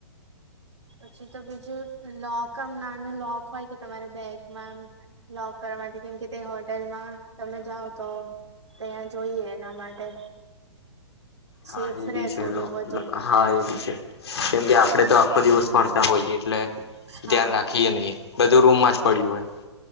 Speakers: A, on the right; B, on the left.
A: પછી તો બીજું લોક આમ નાનું લોક હોય કે તમારે બેગમાં એમ લોક કરવા માટે કેમ કે તે હોટેલમાં તમે જાઓ તો ત્યાં જોઇએ એના માટે. સેફ
B: હા એ બી
A: રે
B: છે
A: થોડું
B: લો
A: વધુ
B: લો હા એ બી છે કેમ કે આપડે તો આખો દિવસ ફરતા હોઈયે એટલે
A: હા
B: ધ્યાન રાખીએ ની. બધું રૂમમાં જ પડ્યું હોય.